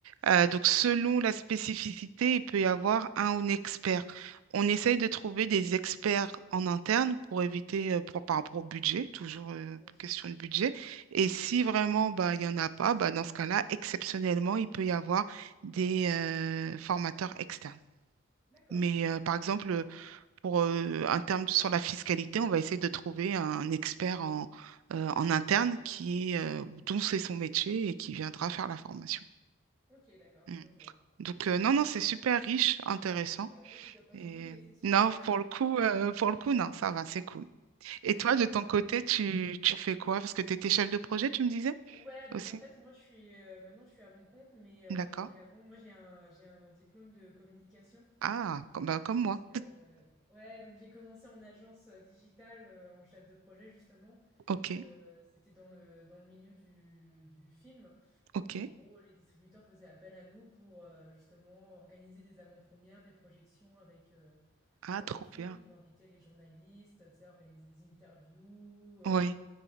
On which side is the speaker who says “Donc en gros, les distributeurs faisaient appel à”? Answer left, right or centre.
Centre